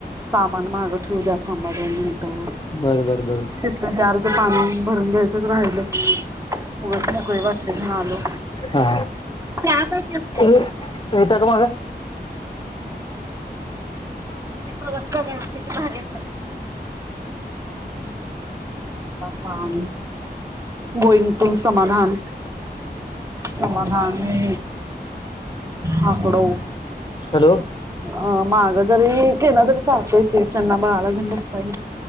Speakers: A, on the right; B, on the left.
A: सामान मागत होऊ द्या खांबा तिथ
B: बर बर बर
A: जारच पाणी भरून घ्यायचं त करय ल उथ नकरी वापली स लो
B: हा
A: त्याकाच अस काय
B: येता का माग
A: प्रवास करथिती भारी हो गोईंग त समाधान समाधाणे हकड
B: हॅलो
A: अ मागं जरी केलं तरी चालतेस त्यांना बाळाला घेन बसताई